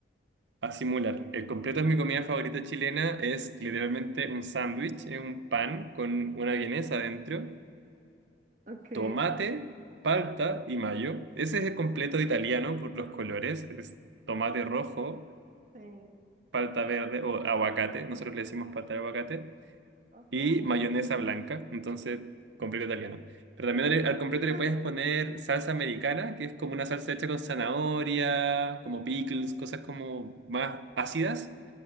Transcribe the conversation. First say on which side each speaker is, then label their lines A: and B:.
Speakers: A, on the right (about 80°); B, on the right (about 45°).
A: A simular. El completo es mi comida favorita chilena. Es literalmente un sándwich, es un pan con una vienesa adentro,
B: Ok.
A: tomate, palta y mayo. Ese es el completo italiano por los colores. Es tomate rojo,
B: Sí.
A: palta verde o aguacate. Nosotros le decimos palta de aguacate.
B: Ajá.
A: Y mayonesa blanca. Entonces, completo italiano. Pero también al al completo
B: <laughs>
A: le puedes poner salsa americana, que es como una salsa hecha con zanahoria, como pickles, cosas como más ácidas.